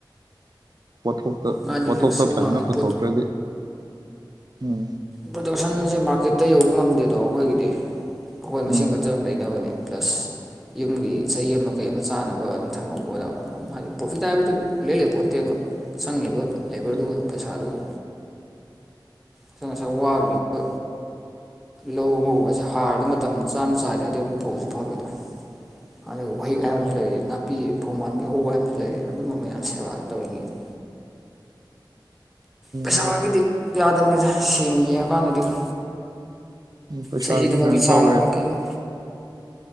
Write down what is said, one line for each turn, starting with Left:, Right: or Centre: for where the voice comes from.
Right: ꯄꯣꯠꯊꯣꯛꯇ
Centre: ꯃꯥꯅꯤ
Right: ꯄꯣꯠꯊꯣꯛꯇ
Centre: ꯔꯤꯛꯁꯁꯨ
Right: ꯐꯖꯅ
Centre: ꯋꯥꯡꯉꯤ
Right: ꯄꯨꯊꯣꯛꯇ꯭ꯔꯗꯤ
Centre: ꯄꯣꯠ
Right: ꯎꯝ
Centre: ꯄ꯭ꯔꯗꯛꯁꯟꯁꯦ ꯃꯥꯔꯀꯦꯠꯇ ꯌꯧꯕ ꯉꯝꯗꯦꯗꯣ ꯑꯩꯈꯣꯏꯒꯤꯗꯤ ꯑꯩꯈꯣꯏ ꯃꯁꯦꯟ
Right: ꯎꯝ
Centre: ꯈꯠꯇꯪ ꯂꯩꯩꯅꯕꯅꯤ ꯄ꯭ꯂꯁ ꯌꯨꯝꯒꯤ ꯆꯍꯤ ꯑꯃ ꯀꯩ ꯑꯃ ꯆꯥꯅꯕ ꯑꯗꯨꯝ ꯊꯝꯍꯧꯕ ꯑꯣꯏꯅꯕ ꯑꯗꯨꯝ ꯍꯥꯏꯗꯤ ꯄ꯭ꯔꯣꯐꯤꯠ ꯍꯥꯏꯕꯗꯨ ꯏꯂꯩ ꯂꯩꯄꯣꯟꯇꯦꯕ ꯆꯪꯉꯤꯕ ꯂꯦꯕ꯭ꯔꯗꯨꯒ
Right: ꯑꯗꯨ
Centre: ꯄꯩꯁꯥꯗꯨꯒ ꯑꯗ ꯉꯁꯥꯏ ꯋꯥꯒ꯭ꯔꯤꯗꯨꯒ ꯂꯧ ꯑꯃ ꯎꯕꯁꯦ ꯍꯥꯔꯗꯨ ꯃꯇꯝ ꯆꯥꯅ ꯆꯥꯏꯗ꯭ꯔꯗꯤ ꯑꯃꯨꯛ ꯐꯧꯖꯤ ꯐꯔꯣꯏꯗꯣ ꯑꯗꯨꯒ ꯋꯥꯍꯤꯛ ꯍꯥꯏꯕ ꯑꯃꯖꯨ ꯂꯩꯔꯤ ꯅꯥꯄꯤ ꯐꯧꯃꯥꯟꯕꯤ ꯍꯧꯕ ꯍꯥꯏꯕ ꯑꯃꯖꯨ ꯂꯩꯔꯤ ꯑꯗꯨꯝꯕ ꯃꯌꯥꯝ ꯁꯦꯕꯥꯗꯣ ꯇꯧꯔꯤꯉꯩꯗ ꯄꯩꯁꯥꯒꯤꯗꯤ
Right: ꯑꯗꯨ
Centre: ꯌꯥꯗꯝꯅꯤꯗ ꯁꯦꯡꯅ ꯌꯦꯡꯉꯀꯥꯟꯗꯗꯤꯀꯣ
Right: ꯎꯝ ꯄꯩꯁꯥꯖꯨ
Centre: ꯆꯍꯤꯗꯨꯃꯒꯤ
Right: ꯀꯩꯅꯣ
Centre: ꯆꯥꯅꯕ
Right: ꯇꯧꯔꯦ
Centre: ꯀꯩ